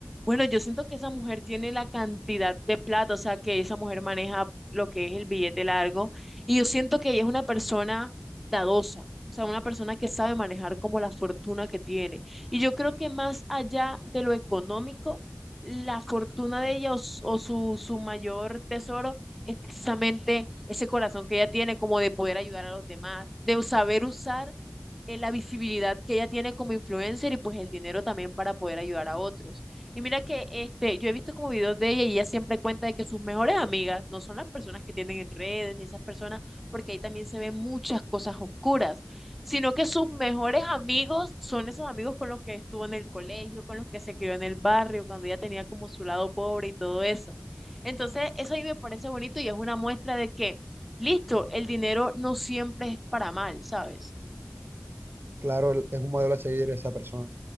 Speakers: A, in the centre; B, on the right (about 60°).
A: Bueno, yo siento que esa mujer tiene la cantidad de plata, o sea, que esa mujer maneja lo que es el billete largo, y yo siento que ella es una persona dadosa, o sea, una persona que sabe manejar como la fortuna que tiene. Y yo creo que más allá de lo económico, la fortuna de ella o, s- o su, su mayor tesoro es precisamente ese corazón que ella tiene, como de poder ayudar a los demás, de saber usar eh, la visibilidad que ella tiene como influencer y pues el dinero también para poder ayudar a otros. Y mira que este, yo he visto como videos de ella y ella siempre cuenta de que sus mejores amigas no son las personas que tienen en redes ni esas personas, porque ahí también se ven muchas cosas oscuras, sino que sus mejores amigos son esos amigos con los que estuvo en el colegio, con los que se crió en el barrio, cuando ella tenía como su lado pobre y todo eso. Entonces, eso a mí me parece bonito y es una muestra de que, listo, el dinero no siempre es para mal, ¿sabes?
B: Claro, es un modelo a seguir esa persona.